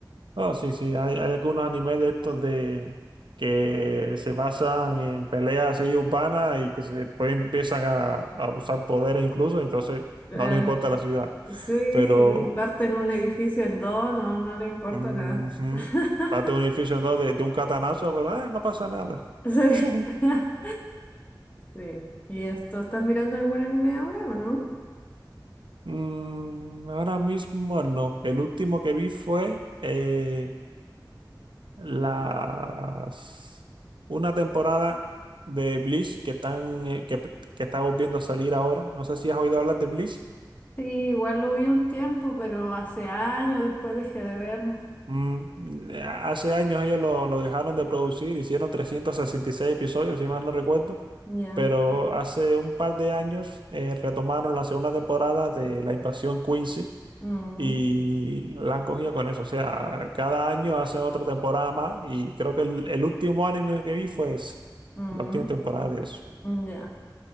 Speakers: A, on the right; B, on the left.
A: no, sí, sí, hay, hay algunos animes de estos de que se basan en peleas así urbanas y que se- después empiezan a, a usar poderes incluso, entonces
B: Claro.
A: no les importa la ciudad.
B: Sí, y
A: Pero
B: parten un edificio en dos, no, no le importa
A: Ujú.
B: nada. <laughs>
A: Date un edificio en dos de, de un catanazo, pero eh, no pasa nada.
B: Sí. <laughs>
A: <laughs>
B: sí. ¿Y esto, estás mirando algún anime ahora o no?
A: Mm, ahora mismo no. El último que vi fue eh, las una temporada de Bleach que están eh, que, que está volviendo a salir ahora. No sé si has oído hablar de Bleach.
B: Sí, igual lo vi un tiempo, pero hace años después dejé de verlo.
A: Mm, eh, hace años ellos lo, lo dejaron de producir, hicieron 366 episodios, si mal no recuerdo,
B: Ya.
A: pero hace un par de años eh, retomaron la segunda temporada de La Invasión Quincy
B: Mm,
A: y la han cogido con eso. O sea, cada año hacen otra temporada más y creo que el, el último anime que vi fue ese,
B: mm,
A: la última temporada de eso.
B: ya.